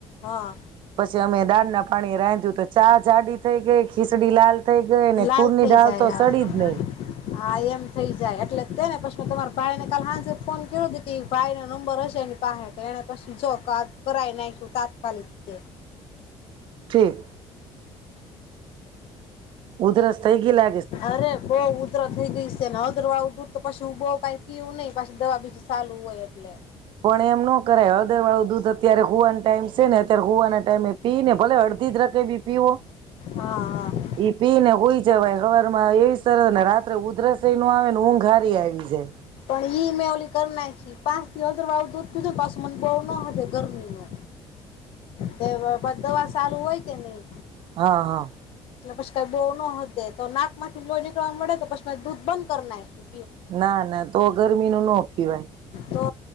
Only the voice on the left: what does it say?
હા
લાલ
થઈ
જાય.
હા,
હા એમ થઈ જાય એટલે તો હે પછી મેં તમારા ભાઈને કાલે હાંજે ફોન કર્યો તો ઈ કે ઈ ભાઈ ના નંબર હશે એની પાહે, તો એને પછી જો કા કરાઈ નાખ તાત્કાલિક તે
અરે, બહુ ઉધરહ થઈ ગઈ સે, ને હળદરવાળું દૂધ તો પછી હું બઉ કાઈ પીવું નહીઁ, પાછી દવા બીજી ચાલું હોય એટલે.
હા હા
પણ ઈ મે ઓલી કર નાયખી, પાંચદી હળદર વાળું દૂધ પીધું ને પાછું મન બોવ નો હદે ગરમી નો. તે વ દવા ચાલુ હોય કે નહી.
એટલે પછી કાઈ બહુ ન હદે, તો નાક માંથી લોહી નીકળવા મડે તો પછી મે દૂધ બંધ કર નાયખું.
તો